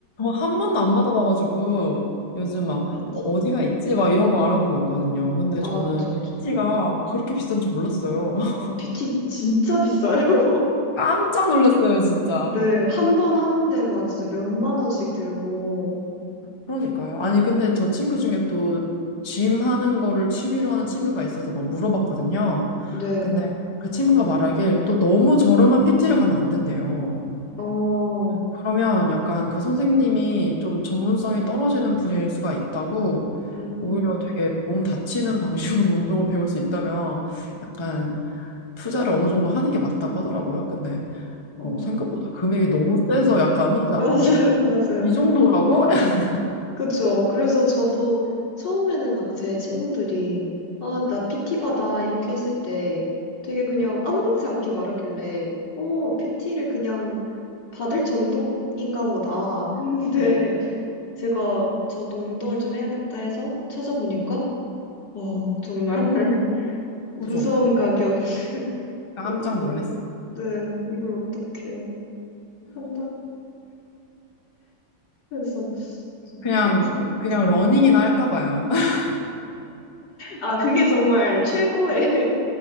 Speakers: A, on the left; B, on the left.
A: 한 번도 안 받아봐가지고 요즘
B: <laughs>
A: 막뭐
B: 어, PT.
A: 어디가 있지? 막 이런 거 알아보고 있거든요. 근데
B: 아,
A: 저는
B: 그쵸,
A: PT가
B: 그쵸.
A: 그렇게 비싼 지 몰랐어요. <laughs>
B: 와, PT 진짜 비싸요. <laughs>
A: 깜짝 놀랐어요, 진짜.
B: 네. 한 번 하는 데만 진짜 몇 만 원씩 들고.
A: 그러니까요. 아니, 근데 저 친구 중에 또 짐 하는 거를 취미로 하는 친구가 있어서 막 물어봤거든요.
B: 네.
A: 근데 그 친구가 말하길 또 너무 저렴한 PT를 가면 안 된대요.
B: 어,
A: 그러면 약간 그 선생님이 좀 전문성이 떨어지는 분야일 수가 있다고
B: 음,
A: 오히려 되게 몸 다치는 방식으로 <laughs> 운동을 배울 수 있다면 약간 투자를 어느 정도 하는 게 맞다고 하더라고요. 근데
B: 어,
A: 뭐 생각보다 금액이 너무 세서 약간 혼자
B: <laughs> 맞아요,
A: 어,
B: 맞아요.
A: 이 정도라고? <laughs>
B: 그쵸. 그래서 저도 처음에는 막 제 친구들이, 아, 나 PT 받아. 이렇게 했을 때 되게 그냥 아무렇지 않게 말하길래, 어, PT를 그냥 받을 정도인가 보다 했는데,
A: 네,
B: <laughs> 제가 저도 운동을 좀 해야겠다 해서 찾아보니까, 어, 정말 <laughs> 무서운
A: 그죠.
B: 가격.
A: 깜짝
B: 어, 이걸,
A: 놀랐어요.
B: 네, 이걸 어떻게 한다? 그래서
A: 그냥
B: PT.
A: 그냥 러닝이나 할까 봐요. <laughs>
B: 아, 그게 정말 최고의 <laughs>